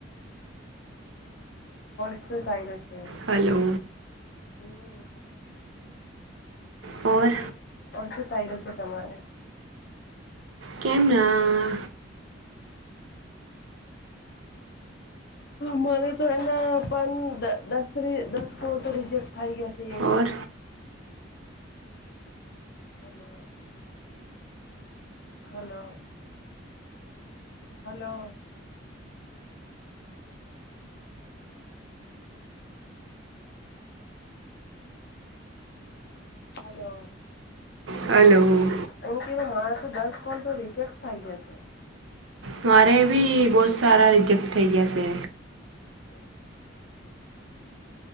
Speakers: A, on the left; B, on the right.
A: વસ્તુ થાયલો છે
B: હલો
A: હમ
B: ઓર
A: ઓ શું તઈરો છે તમાને
B: કેમના
A: મને તો એના પા દસ દસ કોલ તો રિજેક્ટ થઈ ગયા છે એમ
B: ઓર
A: hello hello hello hello
B: hello
A: એ કીધું મારે તો દસ કોલ તો રિજેક્ટ થઇ ગયા છે
B: તમારે ભી બહુ સારા રિજેક્ટ થૈ ગયા છે
A: અચ્છા